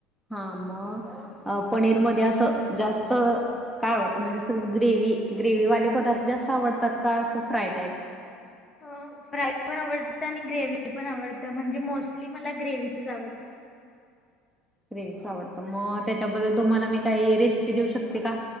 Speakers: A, in the centre; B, on the left.
A: हा, म... पनीर मध्ये असं जास्त काय आवडत? म्हनजे असं ग्रेव्ही.. ग्रेव्ही वाले पदार्थ जास्त आवडतात का, असं फ्राय टाईप?
B: अं फ्राय पन आवडत आनी ग्रेव्ही पन आवडत, म्हणजे मोसली मला ग्रेव्ही चच आवडत.
A: ग्रेव्हीच आवडत. त मं त्याच्याबद्दल तुम्हाला मी काही रेसि मी देऊ शकते का?